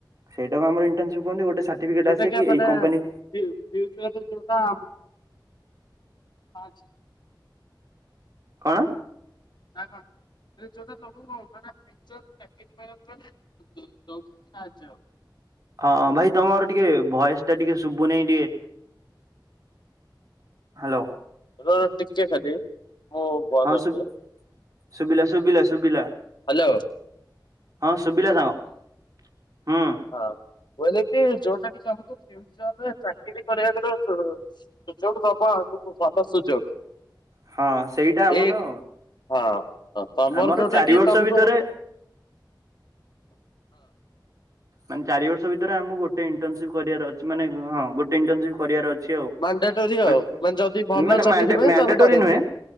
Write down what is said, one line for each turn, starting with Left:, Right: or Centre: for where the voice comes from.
Right: ସେଇଟାକୁ ଆମର ଇଣ୍ଟର୍ନସିପ୍ କହନ୍ତି। ଗୋଟେ ସାର୍ଟିଫିକେଟ
Left: ଯୋଉଟା
Right: ଆସେ
Left: କି ଆ ମାନେ
Right: ଏଇ କମ୍ପାନୀ
Left: ଯି-ଯିଉ <unintelligible> ଯଉଟା <inaudible>
Right: କଣ?
Left: ନା କଣ, ଯୋଉଟା ସବୁ-ଉ ମାନେ ପିକ୍ଚର୍ ପ୍ୟାକେଜ୍ ପାଇବା <unintelligible> ଦ-ଦଉଛି ସାହାଯ୍ୟ
Right: ହଁ, ଭାଇ ତମର ଟିକେ ଭଏସ୍ ଟା ଟିକେ ଶୁଭୁ ନେହିଁ ଟିଏ ହ୍ୟାଲୋ।
Left: ରୁହ, ରୁହ ଟିକେ ଖାଲି ମୁଁ ବନ୍ଦ
Right: ହଁ, ଶୁଭ୍
Left: କରିଦିଏ
Right: ଶୁଭିଲା ଶୁଭିଲା ଶୁଭିଲା।
Left: ହ୍ୟାଲୋ।
Right: ହଁ, ଶୁଭିଲା ସାଙ୍ଗ। ହୁଁ।
Left: ହଁ, ବୋଇିଲେ କି ଯୋଉଟା ଟିକେ ଆମକୁ ଫିଉ ଚରରେ ଚାକିରି କରିବାକୁ ଦଉ, ସୁଯୋଗ ଦବ ଆଗ ଭଲ ସୁଯୋଗ।
Right: ହଁ, ସେଇଟା ଆମର
Left: ଏଇ ହଁ, ତମର
Right: ଆମର
Left: ଯୋଉଟା
Right: ଚାରି
Left: କି
Right: ବର୍ଷ
Left: ତମକୁ
Right: ଭିତରେ
Left: ହଁ।
Right: ମାନେ ଚାରି ବର୍ଷ ଭିତରେ ଆମକୁ ଗୋଟେ ଇଣ୍ଟର୍ନସିପ୍ କରିବାର ଅଛି। ମାନେ ହଁ ଗୋଟେ ଇଣ୍ଟର୍ନସିପ୍ କରିବାର ଅଛି। ଅଛି ଆଉ।
Left: ମାଣ୍ଡାଟୋରି ଆଉ
Right: ମା
Left: ମାନେ ଯଦି ଭଲ
Right: - ମାନେ
Left: ଚାକିରି
Right: ମ୍ୟାନ୍ଡେ
Left: ପାଇଁ
Right: ମ୍ୟାନ୍ଡେଟୋରି
Left: ତାହେଲେ କରିବାକୁ
Right: ନୁହେଁ।
Left: ପଡିବ।